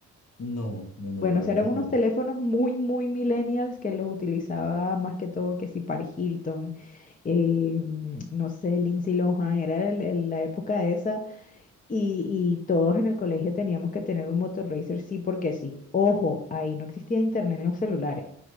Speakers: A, on the left (about 55°); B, on the left (about 25°).
A: No, no, no,
B: Bueno,
A: la verdad
B: eran unos
A: no.
B: teléfonos muy, muy millennials que los utilizaba más que todo que si Paris Hilton, eh, mm, no sé, Lindsay Lohan, era el- el- la época de esa. Y, y todos en el colegio teníamos que tener un motor racer, sí, porque sí. Ojo, ahí no existía internet en los celulares.